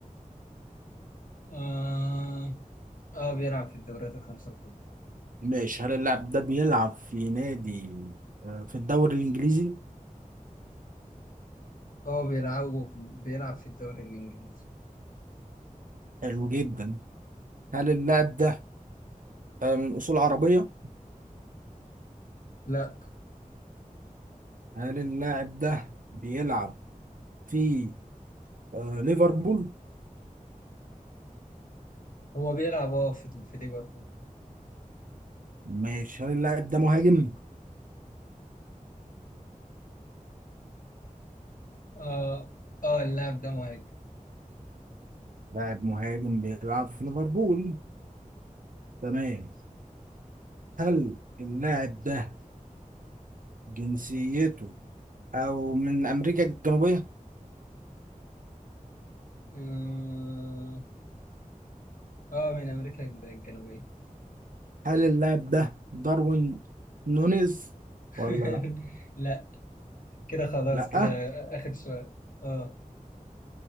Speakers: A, on the left; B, on the right.
A: اه اه بيلعب في الدوريات الخمسه الكبرى
B: ماشي هل اللاعب ده بيلعب في نادي آه، في الدوري الإنجليزي؟
A: اه بيلعب بيلعب في الدوري الانجليزي
B: حلو جدا هل اللاعب ده آه، من أصول عربية؟
A: لا
B: هل اللاعب ده بيلعب في آه ليفربول
A: هو بيلعب اه في في ليفربول
B: ماشي هل اللاعب ده مهاجم؟
A: اه اه اللاعب ده مهاجم
B: لاعب مهاجم بيلعب في ليفربول تمام هل اللاعب ده جنسيته أو من أمريكا الجنوبية؟
A: اه آه، من امريكا الجنوبيه
B: هل اللاعب ده داروين نونيز
A: <laughs>
B: ولا
A: لا كده خلاص
B: لأ؟
A: كده اخر سؤال اه